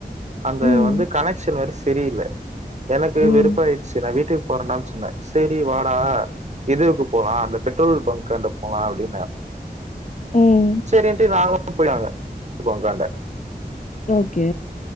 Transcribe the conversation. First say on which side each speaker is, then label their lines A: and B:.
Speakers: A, on the right (about 45°); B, on the left (about 50°).
A: அந்த
B: ம்,
A: வந்து கனெக்சன் வேற செரியில்ல எனக்கு
B: ம்,
A: வெருப்பாயி செரி நா வீட்டுக்கு போறேன்டான்னு சொன்னே செரி வாடா இதுவுக்கு போலா அந்த பெட்ரோல் பங்க்காண்ட போலா அப்படின்னே
B: ம்
A: சேரின்ட்டு நாங்களு போய்டுவாங்க நானு போய் ஒக்காண்டே
B: ஓகே.